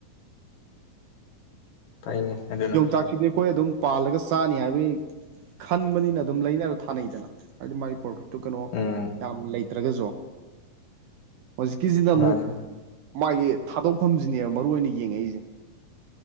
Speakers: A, on the left; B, on the right.
A: ꯐꯩꯅꯦ ꯑꯗꯨꯅ
B: ꯌꯣꯡꯆꯥꯛꯁꯤꯗꯤ ꯑꯩꯈꯣꯏ ꯑꯗꯨꯝ ꯄꯥꯜꯂꯒ ꯆꯥꯅꯤ ꯍꯥꯏꯕꯒꯤ ꯈꯟꯕꯅꯤꯅ ꯑꯗꯨꯝ ꯂꯩꯅꯔ ꯊꯥꯅꯩꯗꯅ ꯑꯗꯨ ꯃꯥꯒꯤ ꯄ꯭ꯔꯣꯐꯤꯠꯇꯨ ꯀꯩꯅꯣ
A: ꯎꯝ
B: ꯌꯥꯝ ꯂꯩꯇ꯭ꯔꯒꯁꯨ ꯍꯧꯖꯤꯛꯀꯤꯁꯤꯅ
A: ꯃꯥꯅꯦ
B: ꯑꯃꯨꯛ ꯃꯥꯒꯤ ꯊꯥꯗꯣꯛꯐꯝꯁꯤꯅꯦꯕ ꯃꯔꯨ ꯑꯣꯏꯅ ꯌꯦꯡꯉꯛꯏꯁꯦ